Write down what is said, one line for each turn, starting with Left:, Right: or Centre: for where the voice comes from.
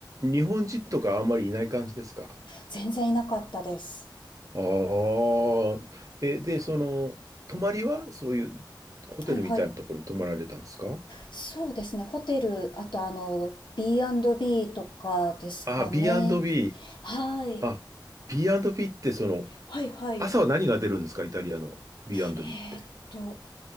Right: 日本人とかあんまりいない感じですか。
Left: 全然いなかったです。
Right: ああ、え、で、その、泊まりは、そういうホテルみたいなところに泊まられたんですか。
Left: はいはい。そうですね、ホテル、あとあの、B&B とかですかね。
Right: ああ、B&B。
Left: はい。
Right: あ、B&B ってその、
Left: はいはい。
Right: 朝は何が出るんですかイタリアの B&B
Left: えーっと、
Right: って。